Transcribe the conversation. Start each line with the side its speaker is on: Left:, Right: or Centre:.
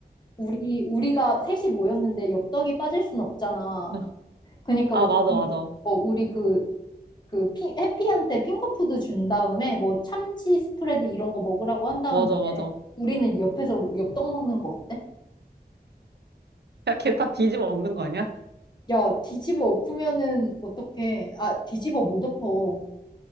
Left: 우리, 우리가 셋이 모였는데 엽떡이 빠질 순 없잖아.
Right: <laughs>
Left: 그러니까
Right: 아,
Left: 우리,
Right: 맞아, 맞아.
Left: 어, 우리 그, 그 피, 해피한테 핑거푸드 준 다음에 뭐 참치 스프레드 이런 거 먹으라고 한 다음에
Right: 맞아, 맞아.
Left: 우리는 옆에서 엽떡 먹는 거 어때?
Right: 야, 걔 다 뒤집어 엎는 거 아니야?
Left: 야, 뒤집어 엎으면은 어떡해. 아, 뒤집어 못 엎어.